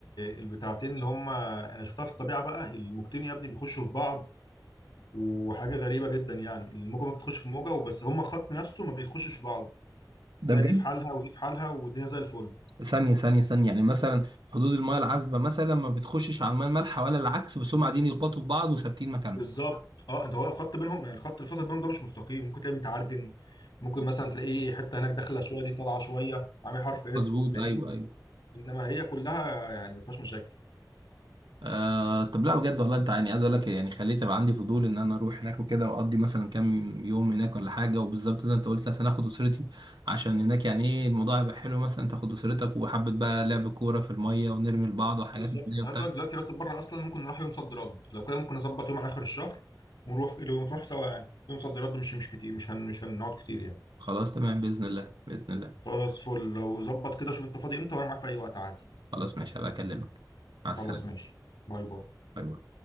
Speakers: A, on the left; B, on the right.
A: البتاعتين اللي هم انا شفتها في الطبيعه بقى الموجتين يا ابني بيخشوا في بعض وحاجه غريبه جدا يعني الموجه ممكن تخش في موجه وبس هما خط نفسه ما بيخشش في بعض
B: ده
A: تلاقي
B: بجد
A: دي في حالها ودي في حالها والدنيا زي الفل
B: ثانية ثانية ثانية يعني مثلا حدود المياه العذبة مثلا ما بتخشش على المياه المالحة ولا العكس بس هم قاعدين يخبطوا في بعض وثابتين مكانهم
A: بالظبط اه انت هو الخط بينهم يعني الخط اللي فاصل بينهم ده مش مستقيم ممكن تلاقيه متعرجن ممكن مثلا تلاقيه حته هناك داخله شويه دي طالعه شويه عامل حرف اس
B: مظبوط
A: فاهمني
B: ايوه ايوه
A: انما هي كلها يعني ما فيهاش مشاكل
B: آه طب لا بجد والله انت يعني عايز اقول لك يعني خليت ابقى عندي فضول ان انا اروح هناك وكده واقضي مثلا كام يوم هناك ولا حاجه وبالظبط زي ما انت قلت مثلا اخد اسرتي عشان هناك يعني ايه الموضوع هيبقى حلو مثلا تاخد اسرتك وحبه بقى لعب كوره في الميه ونرمي لبعض وحاجات
A: بالظبط
B: من دي
A: انت
B: وبتاع
A: عايز اقول لك دلوقتي راسب بره اصلا ممكن نروح يوم صد رد لو كده ممكن نظبط يوم على اخر الشهر ونروح نروح سوا يعني يوم صد رد مش مش كتير مش هن مش هنقعد كتير يعني
B: خلاص تمام باذن الله باذن الله
A: خلاص فل لو ظبط كده شوف انت فاضي امتى وانا معاك في اي وقت عادي
B: خلاص ماشي هبقى اكلمك مع السلامه
A: خلاص ماشي باي باي
B: باي باي